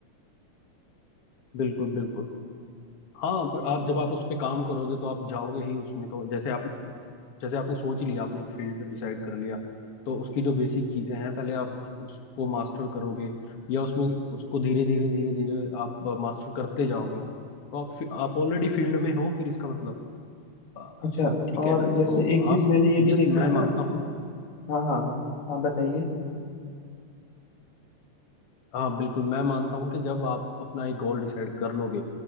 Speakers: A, on the left; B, on the left.
A: बिल्कुल बिल्कुल हाँ पर आप जब आप उस पे काम करोगे तो आप जाओगे ही उसमें तो जैसे आप जैसे आपने सोच ही लिया आपने एक फील्ड डिसाइड कर लिया तो उसकी जो बेसिक चीजें हैं पहले आप उस, उसको मास्टर करोगे या उसमें उसको धीरे धीरे धीरे धीरे आप मास्टर करते जाओगे तो आप फि- आप ऑलरेडी फील्ड में हो फिर इसका मतलब आ,
B: अच्छा
A: ठीक
B: और
A: है
B: जैसे
A: तो
B: एक
A: आप
B: चीज मैंने ये
A: यस
B: भी देखा
A: मैं
B: है
A: मानता
B: ना
A: हूँ
B: हाँ हाँ आप बताइए
A: हाँ बिल्कुल मैं मानता हूँ कि जब आप अपना एक गोल डिसाइड कर लोगे